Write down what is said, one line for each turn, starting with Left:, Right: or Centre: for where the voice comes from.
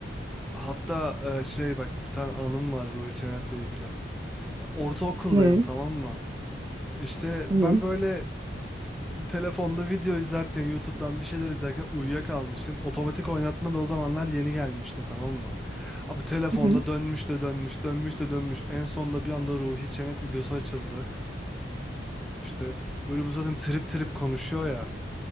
Centre: Hatta e, şey bak bir tane anım var Ruhi Çenet'le ilgili. Ortaokuldayım
Right: Ne?
Centre: tamam mı? İşte
Right: Tamam.
Centre: ben böyle telefonda video izlerken YouTube'dan bir şeyler izlerken uyuyakalmışım. Otomatik oynatma da o zamanlar yeni gelmişti tamam mı? Abi telefonda
Right: Hı hı.
Centre: dönmüş de dönmüş, dönmüş de dönmüş. En sonunda bir anda Ruhi Çenet videosu açıldı. İşte böyle bu zaten trip trip konuşuyor ya.